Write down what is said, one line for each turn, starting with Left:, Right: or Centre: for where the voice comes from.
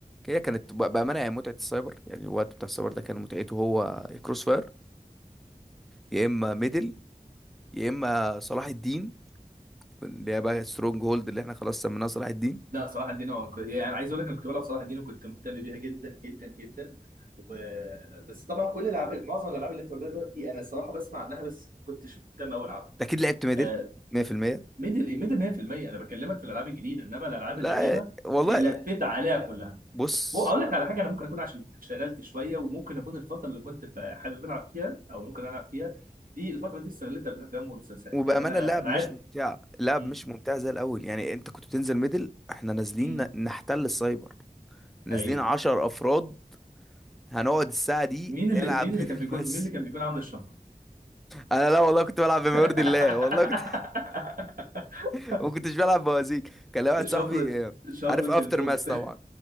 Centre: هي كانت ب- بامانه يعني متعه السايبر يعني الوقت بتاع السايبر ده كان متعته هو كروس فاير يا اما ميدل يا اما صلاح الدين اللي هي بقى سترونج هولد اللي احنا خلاص سميناها صلاح الدين
Right: لا صلاح الدين هو كو- يعني عايز اقول لك انا كنت بلعب صلاح الدين وكنت مهتم بيها جدا جدا جدا و... بس طبعا كل الالعاب معظم الالعاب اللي انت قلتها دلوقتي دي انا الصراحه بسمع عنها بس ما كنتش مهتم قوي العبها
Centre: أنت اكيد لعبت ميدل
Right: آه
Centre: 100%
Right: ميدل ايه ميدل 100% انا بكلمك في الالعاب الجديده انما الالعاب
Centre: لا
Right: القديمه
Centre: والله
Right: آه، لفيت عليها كلها
Centre: بص
Right: بو- اقول لك على حاجه انا ممكن اكون عشان انشغلت شويه وممكن اكون الفتره اللي كنت ب- حابب العب فيها او ممكن العب فيها دي الفتره دي استغلتها بالافلام والمسلسلات
Centre: وبأمانة
Right: يعني انا
Centre: اللعب
Right: انا
Centre: مش
Right: عارف
Centre: ممتع اللعب
Right: م-
Centre: مش ممتع زي الأول يعني أنت كنت بتنزل ميدل إحنا نازلين
Right: م-
Centre: ن- نحتل السايبر نازلين
Right: ايوه
Centre: عشر أفراد هنقعد الساعة دي
Right: مين
Centre: نلعب
Right: اللي مين
Centre: <laughs>
Right: اللي
Centre: ميدل
Right: كان بيكون
Centre: بس
Right: مين اللي كان بيكون عامل الشفره
Centre: أنا لا والله كنت بلعب بما
Right: <laughs>
Centre: يرضي الله والله كنت <laughs> ما كنتش بلعب بوازيك كان لي واحد
Right: شفرة
Centre: صاحبي آه،
Right: شفرة
Centre: عارف أفتر
Right: الموت
Centre: ماس طبعا
Right: <laughs>